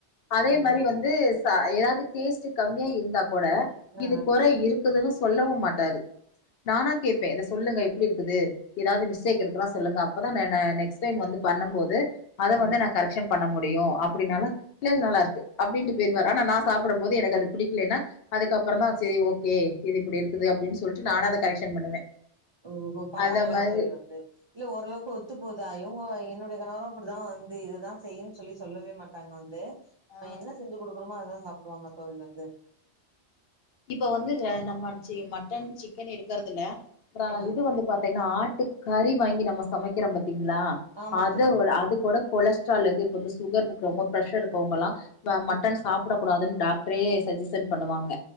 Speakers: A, on the left (about 65°); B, on the right (about 50°).
A: அதே
B: ஆ
A: மாரி வந்து ஏதாவ்து டேஸ்ட் கம்மியா இருந்தா கூட
B: ஆ
A: இது குறை இருக் நல்லாஇருக்குதுன்னு சொல்லவு மாட்டாரு நானா கேப்பே இத சொல்லுங்க எப்டி இருக்குது ஏதாது மிஸ்டேக் இருக்குன்னா சொல்லுங்க அப்பதா நா
B: ஆ
A: நெக்ஸ்ட் டைம் வந்து பண்னு போது அத
B: ம்
A: வந்து நா கரெக்க்ஷன் பன்ன முடியு அப்டீன்னாலோ ல்ல நல்லா இருக்கு அப்படீன்ட்டு போய்ர்வாரு ஆனா நா சாப்புடும் போது எனக்கு அது பிடிக்லன்னா அதுக்கப்ரமா செரி ஓகே இது இப்டி இருக்குது அப்டின்னு சொல்லிட்டு நானே அத கரெக்ஷன் பண்ணுவே
B: ஓஹோ பரவால்ல
A: அந்த மாதிரி
B: தோழி வந்து இல்ல ஓரளவுக்கு ஒத்து போதா இவுங்க என்னுடைய கணவரோ அப்புடிதா வந்து இதுதா செய்யு சொல்லி சொல்லவே மாட்டாங்க வந்து நம்ம
A: ஆ
B: என்ன செஞ்சு குடுக்குறோமோ அதுதா சாப்புடுவாங்க தோழி வந்து
A: இப்ப வந்து நம்ம சி மட்டன் சிக்கன் எடுக்குறதுல்ல அப்றோ
B: ம்
A: இது வந்து பாத்தீங்னா ஆட்டு கறி வாங்கி நம்ம சமைக்கிறோ பத்தீங்களா
B: ஆமா
A: அத
B: தோழி
A: அது கூட கொலஸ்ட்டாலுக்கு இப்ப வந்து சுகர் இருக்குவங்க ப்ரெஷர் இருக்கவங்கல்லா ம மட்டன்
B: ம்
A: சாப்ட கூடாதுன்னு டாக்டரே சஜசன் பண்ணுவாங்க